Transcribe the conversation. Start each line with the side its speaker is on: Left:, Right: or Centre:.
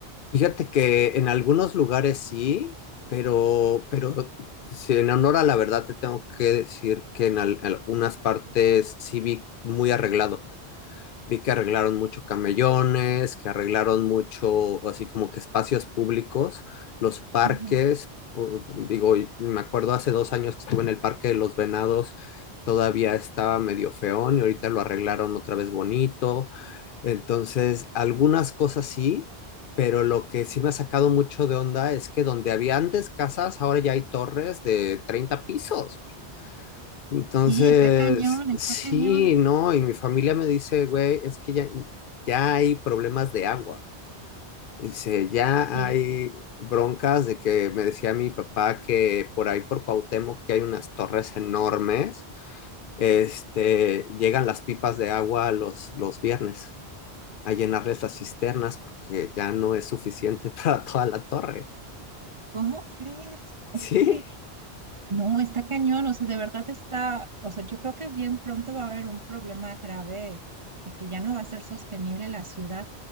Left: Fíjate que en algunos lugares sí, pero, pero si en honor a la verdad te tengo que decir que en al- algunas partes sí vi muy arreglado. vi que arreglaron mucho camellones, que arreglaron mucho, así como que espacios públicos, los parques,
Right: Ujú.
Left: u- digo, y me acuerdo hace dos años que estuve en el Parque de los Venados, todavía estaba medio feón y ahorita lo arreglaron otra vez bonito. Entonces, algunas cosas sí, pero lo que sí me ha sacado mucho de onda es que donde había antes casas, ahora ya hay torres de 30 pisos. Entonces,
Right: Y está cañón, está
Left: sí,
Right: cañón.
Left: no, y mi familia me dice, güey, es que ya, ya hay problemas de agua. Dice, ya
Right: Sí.
Left: hay broncas de que me decía mi papá que por ahí por Cuauhtémoc que hay unas torres enormes, este, llegan las pipas de agua los, los viernes a llenarles las cisternas porque ya no es suficiente <laughs> para toda la torre.
Right: ¿Cómo crees? <laughs>
Left: Sí,
Right: No, está cañón, o sea, de verdad está, o sea, yo creo que bien pronto va a haber un problema grave de que ya no va a ser sostenible la ciudad.